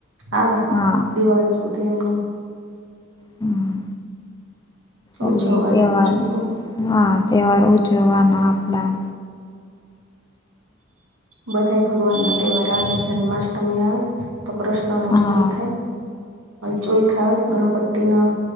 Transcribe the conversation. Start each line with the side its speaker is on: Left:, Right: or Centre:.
Right: આવે.
Left: હા.
Right: દિવાળી સુધી એમનું
Left: હમ એલે
Right: ઉજવવાના
Left: તહેવાર
Right: બીજું શું
Left: હા તહેવાર ઉ જવાના આપ આપણા
Right: બધા ભગવાન ના તહેવાર આવે જન્માષ્ટમી આવે તો કૃષ્ણ ન
Left: હા
Right: જન્મ થાય ચોઈ થ આવે ગણપતિ ના